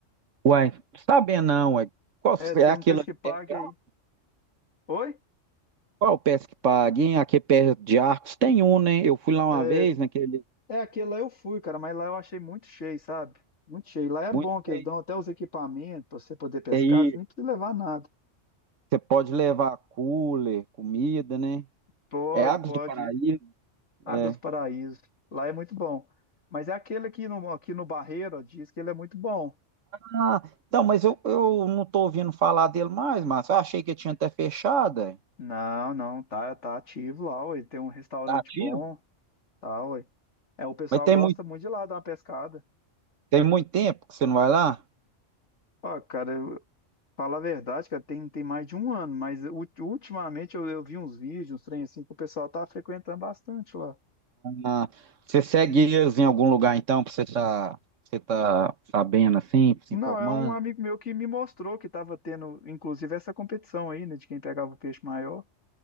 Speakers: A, on the right (about 75°); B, on the left (about 65°).
A: uai, sabia não, uai. Qual
B: É, tem
A: é aquele
B: um pesque
A: ali
B: pague
A: perto de arco?
B: aí. Oi?
A: Qual é o peça que paga, hein? Aqui é perto de Arcos tem um, né? Eu fui lá uma
B: É,
A: vez, naquele
B: É, aquele lá eu fui, cara, mas lá eu achei muito cheio, sabe? Muito cheio. Lá é
A: muito
B: bom que
A: cheio.
B: eles dão até os equipamentos pra você poder pescar,
A: E aí,
B: você nem precisa levar nada.
A: você pode levar cooler, comida, né?
B: Pode,
A: É Águas
B: pode.
A: do Paraíso,
B: Águas
A: é.
B: do Paraíso. Lá é muito bom. Mas é aquele aqui no, aqui no Barreiro, ó, diz que ele é muito bom.
A: Ah, então, mas eu, eu não tô ouvindo falar dele mais, mas eu achei que tinha até fechado, é.
B: Não, não, tá, tá ativo lá, ué. Tem um restaurante
A: Tá ativo?
B: bom, tá, ué. É, o pessoal
A: Mas tem
B: gosta
A: muito,
B: muito de lá dar uma pescada.
A: tem muito tempo que você não vai lá?
B: Ó, cara, eu, fala a verdade, cara, tem, tem mais de um ano, mas u- ultimamente eu, eu vi uns vídeos, uns trem assim, que o pessoal tá frequentando bastante lá.
A: Ah, você segue eles em algum lugar então, pra você tá, você tá sabendo assim, se
B: Não,
A: informando?
B: é um amigo meu que me mostrou que estava tendo, inclusive, essa competição aí, né, de quem pegava o peixe maior.